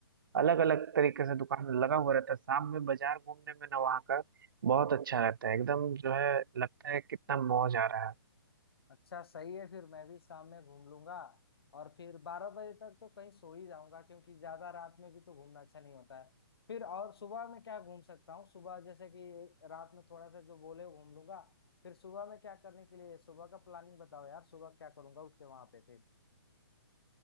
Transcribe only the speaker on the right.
अलग अलग तरीके से दुकान लगा हुआ रहता है शाम में बाजार घूमने में ना वहाँ का बहुत अच्छा रहता है एकदम जो है लगता है कितना मौज आ रहा है